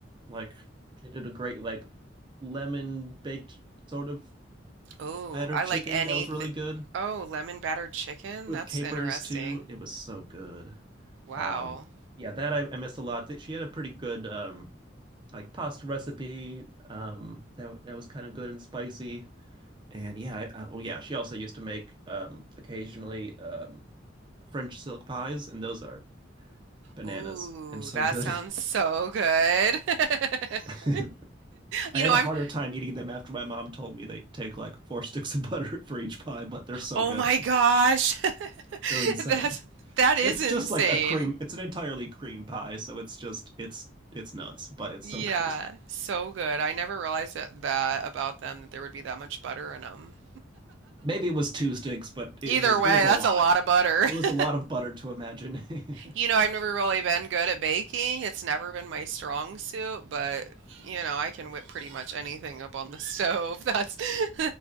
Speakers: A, on the right (about 25°); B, on the right (about 70°).
A: like she did a great like lemon baked sort of
B: Oh,
A: battered
B: I
A: chicken
B: like anything.
A: that was really good
B: Oh, lemon battered chicken?
A: with
B: That's
A: capers
B: interesting.
A: too. It was so good.
B: Wow.
A: Um, yeah, that I, I missed a lot. She had a pretty good um like pasta recipe um that that was kind of good and spicy. And yeah, I, I, well, yeah, she also used to make um, occasionally um, French silk pies, and those are bananas
B: Ooh,
A: and so
B: that
A: good.
B: sounds so good. <laughs>
A: <laughs>
B: You
A: I had
B: know, I'm,
A: a harder time eating them after my mom told me they take like four sticks of butter <laughs> for each pie, but they're so
B: oh
A: good.
B: my gosh.
A: <laughs>
B: <laughs>
A: They're insane.
B: That's that is
A: It's
B: insane.
A: just like a cream, it's an entirely cream pie, so it's just it's it's nuts, but it's
B: Yeah,
A: so good.
B: so good. I never realized that, that about them that there would be that much butter in them.
A: Maybe it was two sticks, but it
B: Either
A: was
B: way,
A: it was a
B: that's
A: lot.
B: a lot of butter.
A: It was
B: <laughs>
A: a lot of butter to imagine.
B: You
A: <laughs>
B: know, I've never really been good at baking. It's never been my strong suit, but you know, I can whip pretty much anything up on the stove. That's <laughs>